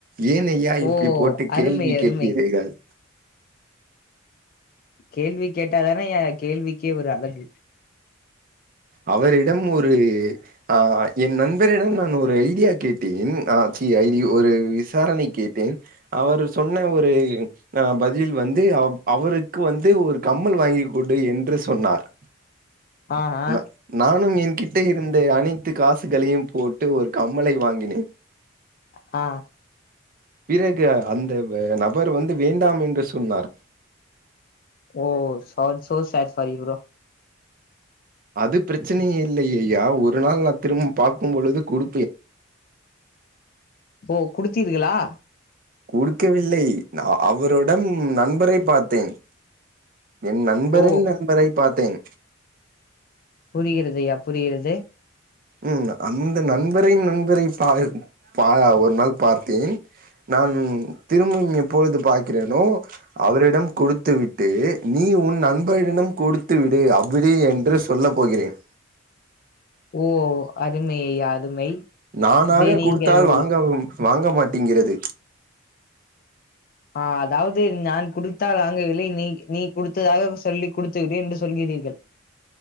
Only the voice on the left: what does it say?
ஓ
அருமை
அருமை கேள்வி கேட்டாதானே ஐயா கேள்விக்கே ஒரு அழகு
அ அ
அ
ஓ சோ <unintelligible> ஃபார் யு றோ
ஓ குடுத்தீர்களா
ஓ
புரிகிறது ஐயா புரிகிறது
ஓ அருமையயா அருமை
இதை நீங்கள்
ஆ அதாவது நான் குடுத்தால் வாங்கவில்லை நீ நீ குடுத்ததாக சொல்லிக் குடுத்து விடு என்று சொல் றீர்கள்